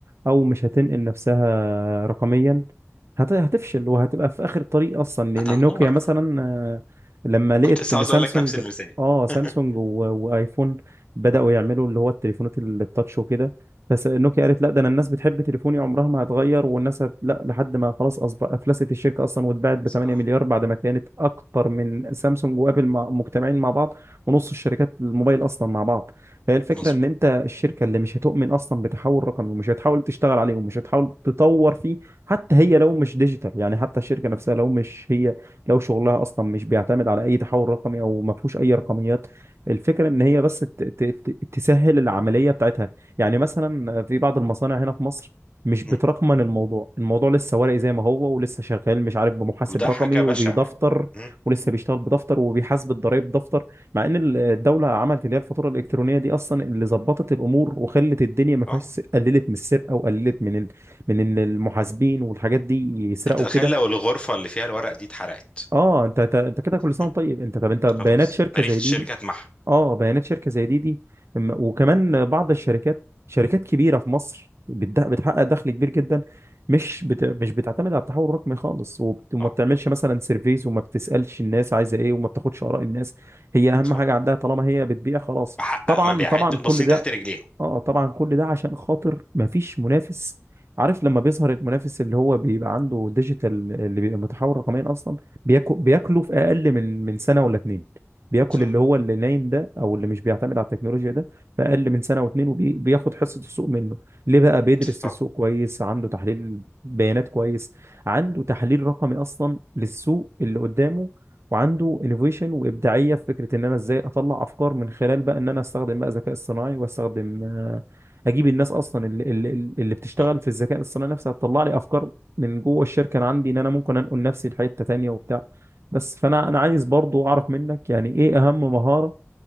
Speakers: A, on the right; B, on the left.
A: او مش هتنقل نفسها رقميا هت- هتفشل وهتبقى في اخر الطريق اصلا لان
B: هتنهار
A: نوكيا مثلا آه، لما لقيت
B: كنت لسه
A: ان
B: عاوز
A: سامسونج
B: اقول لك نفس المثال
A: اه سامسونج
B: <laughs>
A: و- وايفون بداوا يعملوا اللي هو التليفونات ال- التاتش وكده بس نوكيا قالت لا ده انا الناس بتحب تليفوني عمرها ما هتغير والناس هت... لا لحد ما خلاص اصبح افلست الشركه اصلا واتباعت ب
B: صح
A: 8 مليار بعد ما كانت اكتر من سامسونج وابل مع... مجتمعين مع بعض ونص الشركات الموبايل اصلا مع بعض فهي الفكره
B: مظبوط
A: ان انت الشركه اللي مش هتؤمن اصلا بتحول رقمي ومش هتحاول تشتغل عليه ومش هتحاول تطور فيه حتى هي لو مش ديجيتال يعني حتى الشركه نفسها لو مش هي لو شغلها اصلا مش بيعتمد على اي تحول رقمي او ما فيهوش اي رقميات الفكره ان هي بس ت- ت- ت- تسهل العمليه بتاعتها يعني مثلا في بعض المصانع هنا في مصر مش بترقمن
B: مم.
A: الموضوع الموضوع لسه ورقي زي ما هو ولسه شغال مش عارف بمحاسب
B: وده
A: رقمي
B: حاجه بشعه
A: وبيدفتر
B: مم.
A: ولسه بيشتغل بدفتر وبيحاسب الضرايب دفتر مع ان ال- الدوله عملت اللي هي الفاتوره الالكترونيه دي اصلا اللي ظبطت الامور وخلت الدنيا ما فيهاش
B: اه
A: قللت من السرقه وقللت من ال... من ان المحاسبين والحاجات دي يسرقوا
B: انت تخيل
A: كده
B: لو الغرفه اللي فيها الورق دي اتحرقت
A: اه انت انت أنت كده كل سنه
B: مم.
A: وأنت طيب انت طب انت بيانات
B: خلاص
A: شركه
B: تاريخ
A: زي
B: الشركه
A: دي دي
B: اتمحى
A: اه بيانات شركه زي دي دي أما- وكمان بعض الشركات شركات كبيره في مصر بتد- بتحقق دخل كبير جدا مش بت... مش بتعتمد على التحول الرقمي خالص وبت... وما
B: اه
A: بتعملش مثلا سيرفيز وما بتسالش الناس عايزه ايه وما بتاخدش اراء الناس هي اهم
B: صح
A: حاجه عندها طالما هي بتبيع خلاص
B: بحقق
A: طبعا
B: مبيعات
A: طبعا
B: باصين
A: كل ده
B: تحت رجليهم
A: اه طبعا كل ده عشان خاطر مفيش منافس عارف لما بيظهر المنافس اللي هو بيبقى عنده ديجيتال اللي بيبقى متحول رقميا اصلا بياكل بياكله في اقل من من سنه ولا اتنين بياكل
B: صح
A: اللي هو اللي نايم ده او اللي مش بيعتمد على التكنولوجيا ده في اقل من سنه واتنين وبياخد حصه السوق منه ليه بقى بيدرس
B: صح
A: السوق كويس عنده تحليل بيانات كويس عنده تحليل رقمي اصلا للسوق اللي قدامه وعنده انوفيشن وابداعيه في فكره ان انا ازاي اطلع افكار من خلال بقى ان انا استخدم بقى ذكاء اصطناعي واستخدم آه، اجيب الناس اصلا اللي, اللي, اللي بتشتغل
B: صح
A: في الذكاء الاصطناعي نفسها تطلع لي افكار من جوه الشركه انا عندي ان انا ممكن انقل نفسي لحته تانيه وبتاع بس فانا انا عايز برضو اعرف منك يعني ايه اهم مهاره